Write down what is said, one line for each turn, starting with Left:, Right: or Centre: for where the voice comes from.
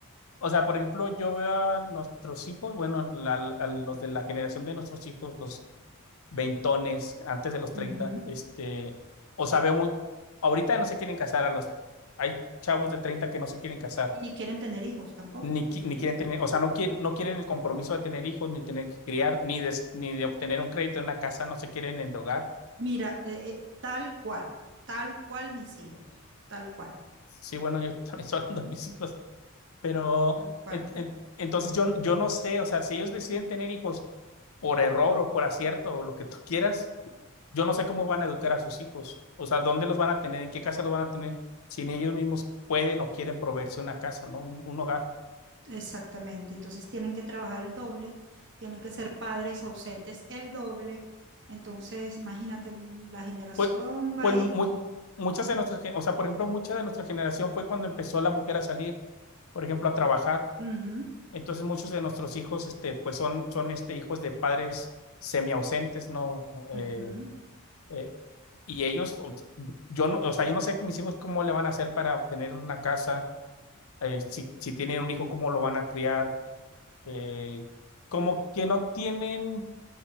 Left: O sea, por ejemplo, yo veo a nuestros hijos, bueno, la- a los de la generación de nuestros hijos, los veintones, antes de los treinta,
Right: Ujú.
Left: este, o sea, veo muy, ahorita no se quieren casar a los, hay chavos de treinta que no se quieren casar,
Right: y ni quieren tener hijos tampoco.
Left: ni, qui- ni quieren tener, o sea, no quieren, no quieren el compromiso de tener hijos, ni tener que criar, ni de, ni de obtener un crédito en una casa, no se quieren endrogar.
Right: Mira, eh, eh, tal cual, tal cual mis hijos, tal cual,
Left: Sí, bueno, yo <laughs> también estoy hablando de mis hijos, Pero
Right: tal cual.
Left: et- et- entonces yo, yo no sé, o sea, si ellos deciden tener hijos por error o por acierto o lo que tú quieras, yo no sé cómo van a educar a sus hijos, o sea, dónde los van a tener, en qué casa los van a tener, si ni ellos mismos pueden o quieren proveerse una casa, ¿no? Un, un hogar.
Right: Exactamente. Entonces tienen que trabajar el doble, tienen que ser padres ausentes el doble. Entonces, imagínate, n- la generación
Left: Pues,
Right: va
Left: pues
Right: a ir...
Left: mu- muchas de nuestras, gen- o sea, por ejemplo, mucha de nuestra generación fue cuando empezó la mujer a salir, por ejemplo, a trabajar.
Right: Ujú,
Left: Entonces muchos de nuestros hijos, este, pues son, son este, hijos de padres semiausentes, ¿no? Eh,
Right: ujú,
Left: eh, Y ellos, o- yo no, o sea, yo no sé mis hijos cómo le van a hacer para obtener una casa, eh, si, si tienen un hijo, cómo lo van a criar, eh, como que no tienen,